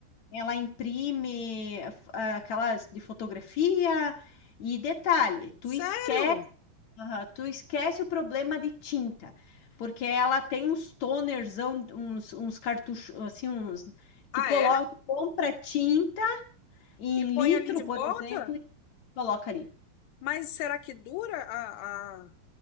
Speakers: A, on the left; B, on the left.
A: ela imprime ah, aquelas de fotografia. E detalhe, tu
B: Sério?
A: esquece Aham, tu esquece o problema de tinta, porque ela tem uns tonerzão, uns, uns cartuchos, assim, uns. Tu
B: Ah,
A: coloca,
B: é?
A: tu compra tinta em
B: E põe
A: litro,
B: ali de
A: por
B: volta?
A: exemplo, e coloca ali.
B: Mas será que dura a, a...